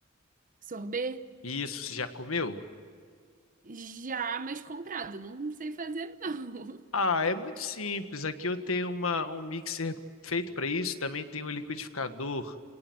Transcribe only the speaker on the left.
Isso, você já comeu?
Ah, é muito simples. Aqui eu tenho uma, um mixer feito para isso. Também tem um liquidificador.